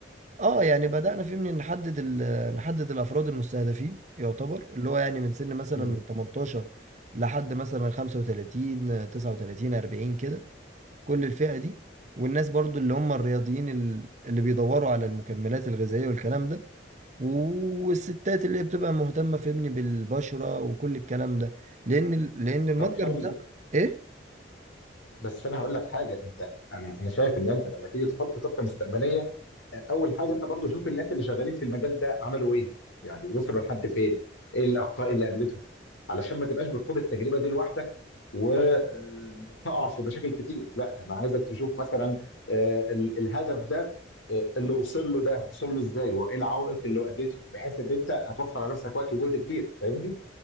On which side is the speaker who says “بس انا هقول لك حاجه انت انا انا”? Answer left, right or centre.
Left